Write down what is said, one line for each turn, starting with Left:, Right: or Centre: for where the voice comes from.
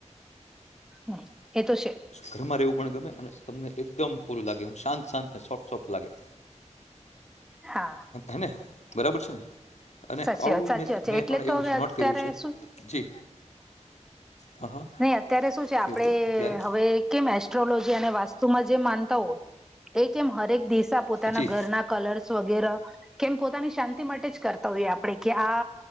Centre: હા એ તો છે
Left: ઘરમાં રહેવું પણ ગમે અને તમને એકદમ ઓલુ લાગે હું શાંત શાંત ને સોફ્ટ સોફ્ટ લાગે.
Centre: હા
Left: હને? બરાબર છેને. અને
Centre: સાચી
Left: આવું
Centre: વાત સાચી
Left: મે
Centre: વાત છે
Left: મેં
Centre: એટલે
Left: પણ
Centre: તો
Left: એવું
Centre: હવે
Left: સ્નોટ
Centre: અત્યારે
Left: કર્યું છે
Centre: શું
Left: જી હા હા
Centre: નહીં અત્યારે શું છે, આપડે
Left: કયો કયો અત્યારે
Centre: હવે કેમ એસ્ટ્રોલોજી અને વાસ્તુમાં જે માનતા હોય એ કેમ હરેક દિવસ પોતાના
Left: જી
Centre: ઘરના કલર્સ વગેરે કેમ પોતાની શાંતિ માટે જ કરતા તોએ આપણેે કેઆ